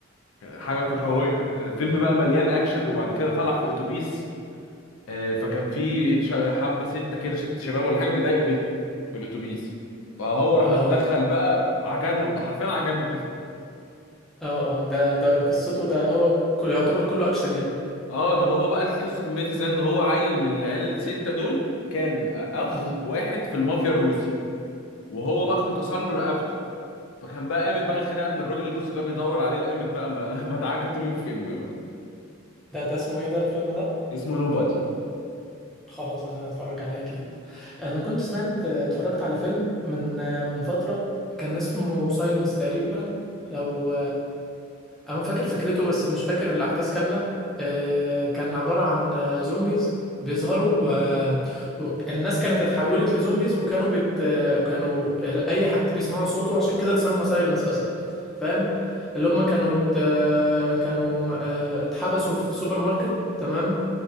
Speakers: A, on the left; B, in the centre.
A: حاجه
B: اه
A: قويه الفيلم بقى مليان اكشن وبعد كده طلع في اتوبيس آه، فكان في ش- حبه سته كده ست شباب ولا حاجه بيضايقوا بيت في الاتوبيس فهو راح
B: اه
A: متدخل
B: اه
A: بقى عجنهم بقى حرفيا عجنهم
B: اه آه. ده ده قصته ده هو ك- يعتبر كله أكشن يعني
A: اه ده هو بقى القصه كملت ازاي ان هو عيل من العيله السته دول كان اخ
B: مم.
A: واحد في المافيا الروسي وهو بقى كان كسر له رقبته فكان بقى قامت بقى الخناقه ان الراجل الروسي ده بيدور عليه وقامت بقى م- <laughs> مدعكه طول الفيلم بقى
B: ده ده اسمه ايه ده الفيلم ده؟
A: اسمه نوبادي
B: خلاص انا هتفرج عليه اكيد انا كنت سمعت اتفرجت على فيلم من من فترة كان اسمه سايلنس تقريبا لو انا فاكر فكرته بس مش فاكر الاحداث كاملة آه، كان عبارة عن آه، زومبيز بيظهروا آه، و... الناس كانت اتحولت لزومبيز وكانوا بيت آه، كانوا اي حد بيسمعوا صوته عشان كده اتسمى سايلنس اصلا فاهم اللي هم كانوا ت- آه، كانوا آه، اتحبسوا في سوبر ماركت تمام